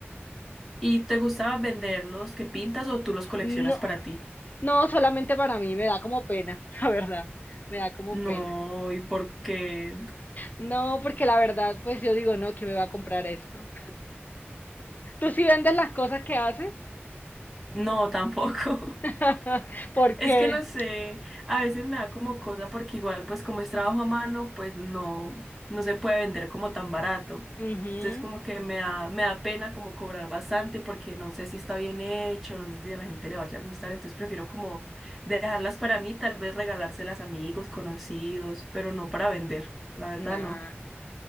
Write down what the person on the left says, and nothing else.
No,
no, solamente para mí, me da como pena, <laughs> la verdad, me da como
pena.
No, porque la verdad, pues yo digo, no, ¿quién me va a comprar esto? ¿Tú sí vendes las cosas que haces?
<laughs>
¿Por
qué?
Ujú,
nah.